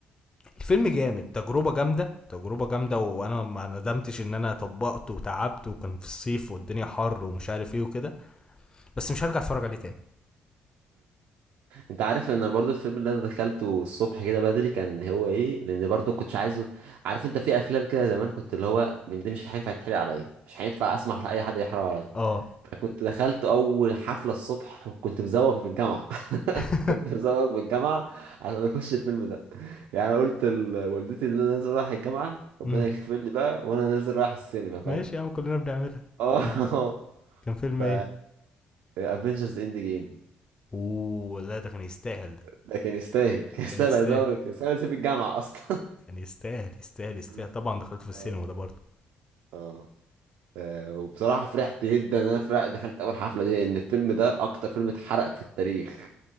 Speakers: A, on the left; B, on the right.
A: الفيلم جامد تجربه جامده تجربه جامده وانا ما ندمتش ان انا طبقته وتعبت وكان في الصيف والدنيا حر ومش عارف ايه وكده بس مش هرجع اتفرج عليه تاني
B: انت عارف ان برضو الفيلم اللي انا دخلته الصبح كده بدري كان هو ايه لان برضو ما كنتش عايزه عارف انت في افلام كده زمان كنت اللي هو من دي مش هينفع يتحرق عليا مش هينفع اسمح لاي حد يحرق عليا
A: اه
B: فكنت دخلت اول حفلة الصبح وكنت مزوغ من الجامعة <laughs>
A: <laughs>
B: كنت مزوغ من الجامعة عشان اخش الفيلم ده يعني انا قلت لوالدتي ان انا نازل رايح الجامعة ربنا
A: إمم.
B: يغفر لي بقى وانا نازل رايح السينما فاهم
A: ماشي يا عم كلّنا بنعملها.
B: اه
A: كان كان فيلم
B: <laughs> ف
A: إيه؟
B: افنجرز اند جيم
A: أوه! لأ ده كان يستاهل ده،
B: ده كان يستاهل كان يستاهل
A: كان يستاهل،
B: هزار كان يستاهل اسيب الجامعه اصلا
A: كان يستاهل، يستاهل، يستاهل.
B: <laughs>
A: طبعًا دخلته في السينما
B: آه.
A: ده برضه.
B: اه آه، وبصراحه فرحت جدا ان انا فرح دخلت اول حفله دي لان الفيلم ده اكتر فيلم اتحرق في التاريخ